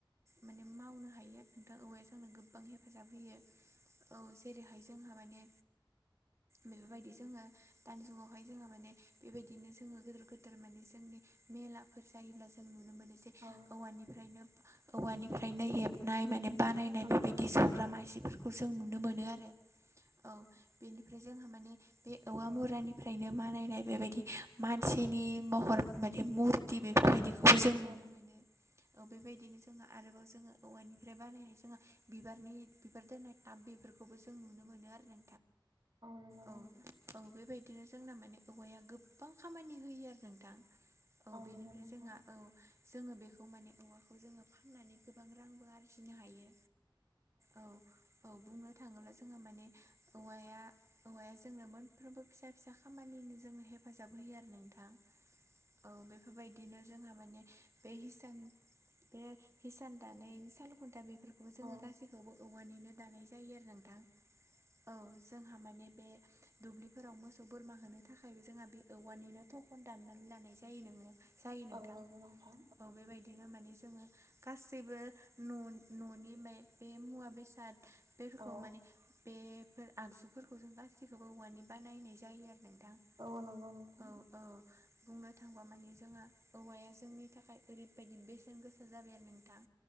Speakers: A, on the right; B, on the right.
A: माने मावनो हायो आरो नोंथाङा औवाया जोंनो गोबां हेफाजाब होयो। औ जेरैहाय जोंहा माने बेफोरबायदि जोंङो दानि जुगावहाय जोंङो माने बेबायदिनो जोंङो गोदोर गोदोर माने जोंनि मेलाफोर जायोब्ला जों नुनो मोनो जे
B: औ।
A: औवानिफ्रायनो औवानिफ्रायनो हेबनाय माने बानायनाय
B: औ
A: बेबायदि ज' मासेफोरखौ जों नुनो मोनो आरो औ बेनिफ्राय जोंहा माने बे औवा
B: औ
A: मुरानिफ्रायनो मानायनाय बेबायदि मानसिनि महर माथे मुरथि बेफोरबायदि बे खौबो जों नुनो
B: औ
A: मोनो औ बेबायदिनो जोंहा आरोबाव जोंङो औवानिफ्राय बानायनाय जोंङो बिबारनि बिबार दोननाय टाब बेफोरखौबो जों नुनो मोनो आरो नो
B: नंगौ नोंथां
A: औ। औ बेबायदिनो जोंना माने औवाया गोबां खामानि होयो आरो नोंथां। औ बेनिफ्राय
B: नंगौ नोंथां
A: जोंहा औ जोंङो बेखौ माने औवाखौ जोंङो होननानै गोबां रांबो आरजिनो हायो औ औ बुंनो थांङोब्ला जोंहा माने औवाया औवाया जोंनो मोनफ्रोमबो फिसा फिसा खामानिनि जों हेफाजाब होयो आरो नोंथां। औ बेफोरबायदिनो जोंहा माने बे हिसान बे हिसान दानायनि सालखुन्था बेफोरखौबो जोंङो
B: औ
A: गासैखौबो औवानिनो दानाय जायो आरो नोंथां औ जोंहा माने बे दुब्लिफोराव मोसौ, बोरमा होनो थाखायबो जोंहा बे औवानिनो थखन दाननानै लानाय जायो नोंङो। जायो नोंथां
B: औ नंगौ नोंथां
A: औ बेबाय बेदि माने जोंङो गासैबो न' न'नि मे बे मुवा-बेसाद बेफोरखौ
B: औ
A: माने बेफोर आगजुफोरखौ जों गासैखौबो औवानि बानायनाय जायो आरो नोंथां।
B: औ नंगौ नोंथां।
A: औ औ बुंनो थांबा माने जोंहा औवाया जोंनि थाखाय ओरैबायदि बेसेन गोसा जाबाय आरो न थां